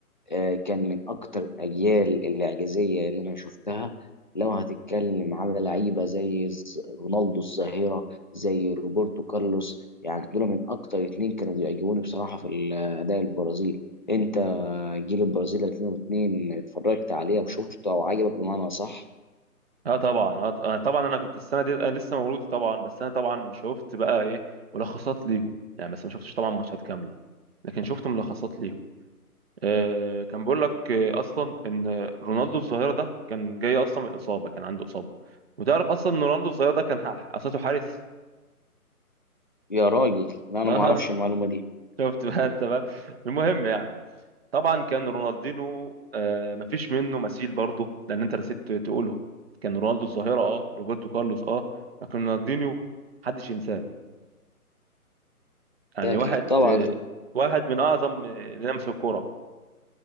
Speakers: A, on the left; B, on the right.
A: آه، كان من اكتر الاجيال الاعجازيه اللي انا شفتها لو هتتكلم على لعيبه زي ز- رونالدو الظاهره زي روبرتو كارلوس يعني دول من اكتر اتنين كانوا بيعجبوني بصراحه في الاداء البرازيل انت جيل البرازيل 2002 اتفرجت عليه وشفته او عجبك بمعنى صح
B: اه طبعا اه ط- آه طبعا انا كنت السنه دي انا لسه مولود طبعا بس انا طبعا شفت بقى ايه ملخصات ليهم يعني بس ما شفتش طبعا ماتشات كامله لكن شفت ملخصات ليهم آه كان بيقول لك آه اصلا ان رونالدو الظاهره ده كان جاي اصلا من اصابه كان عنده اصابه وتعرف اصلا ان رونالدو الظاهره ده كان ح- اصله حارس
A: يا راجل لا
B: <laughs>
A: انا
B: اه
A: ما اعرفش المعلومه دي
B: شفت بقى انت بقى المهم يعني طبعا كان رونالدينو آه، مفيش منه مثيل برضه لان انت نسيت تقوله كان رونالدو الظاهره اه روبرتو كارلوس اه لكن رونالدينيو محدش ينساه يعني
A: ده اكيد
B: واحد
A: طبعا
B: آه، واحد من اعظم آه، اللي لمسوا الكوره